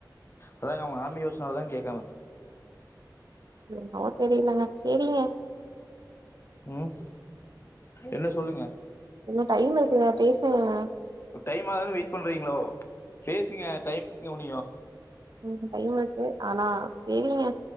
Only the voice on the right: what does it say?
எண்ணமெ தெரியலங்க சேரிங்க
இன்னு டைம் இருக்குங்க பேசுங்கங்க
உம் டைம் இருக்கு ஆனா செரிங்க